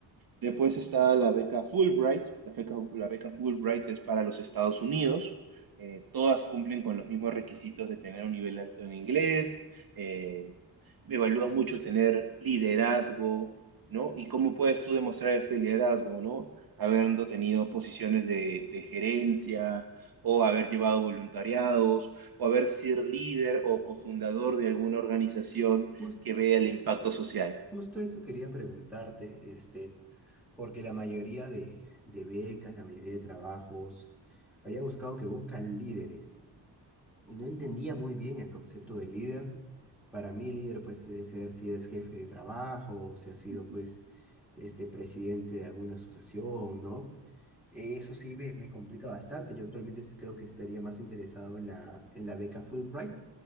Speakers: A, on the right; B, in the centre.
A: Después está la beca Fulbright. La beca, la beca Fulbright es para los Estados Unidos. Eh, todas cumplen con los mismos requisitos de tener un nivel alto en inglés. eh, evalúan mucho tener liderazgo, ¿no? ¿Y cómo puedes tú demostrar este liderazgo, ¿no? Habiendo tenido posiciones de, de gerencia o haber llevado voluntariados o haber sido líder o cofundador de alguna organización
B: Jus-
A: que vea el impacto social.
B: justo eso quería preguntarte, este, porque la mayoría de, de becas, la mayoría de trabajos, había buscado que buscan líderes y no entendía muy bien el concepto de líder. Para mí, líder pues debe ser si eres jefe de trabajo, o si has sido
A: Ujú.
B: pues este presidente de alguna asociación, ¿no? Eso sí me, me complica bastante. Yo actualmente es- creo que estaría más interesado en la, en la beca Fulbright,